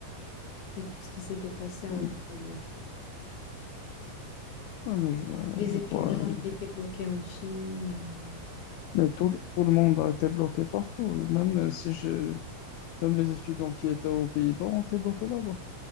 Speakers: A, on the left; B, on the left.
A: et tout ce qui s'était passé en
B: Hmm.
A: deux mille vingt
B: Ouais, mais je, euh,
A: Les
B: je
A: étudiants
B: crois, euh,
A: qui étaient bloqués en Chine. et, euh,
B: mais tout, le- tout le monde a été bloqué partout. Même euh, si je, même les étudiants qui étaient aux Pays-Bas ont été bloqués là-bas.